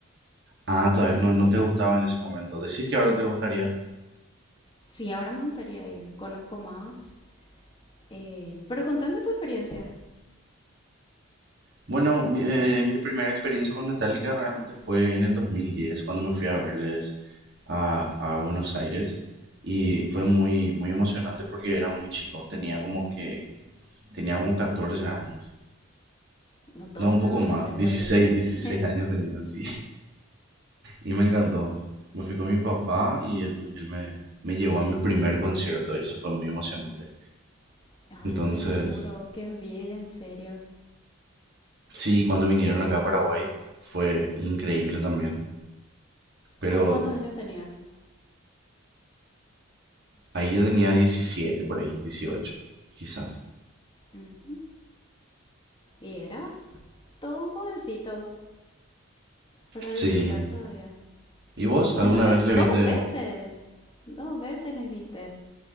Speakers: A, on the right; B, on the left.
A: Ah, todavía no, no te gustaba en ese momento. Decís que ahora te gustaría.
B: Sí, ahora me gustaría ir. Conozco más. Eh, pero contame tu experiencia.
A: Bueno, mi, eh, mi primera experiencia con Metallica realmente fue en el 2010, cuando me fui a verles a, a Buenos Aires. Y fue muy, muy emocionante porque era muy chico. Tenía como que, tenía como 14 años.
B: No, todo
A: No, un
B: un
A: poco
B: adolescente
A: más. 16,
B: entonces.
A: 16 años tenía, sí. y me encantó. Me fui con mi papá y él, él me, me llevó a mi primer concierto y eso fue muy emocionante.
B: <laughs> Ay,
A: Entonces,
B: seguro, qué envidia, en serio.
A: sí, cuando vinieron
B: Yo creo...
A: acá a Paraguay fue increíble también. Pero
B: Ay, ¿cuántos años tenías?
A: ahí yo tenía 17 por ahí, 18 quizás.
B: Ujú. ¿Y eras? Todo un jovencito para
A: Sí.
B: disfrutar todavía.
A: ¿Y vos alguna
B: Entonces,
A: vez
B: dos
A: le viste
B: veces. Dos veces les viste.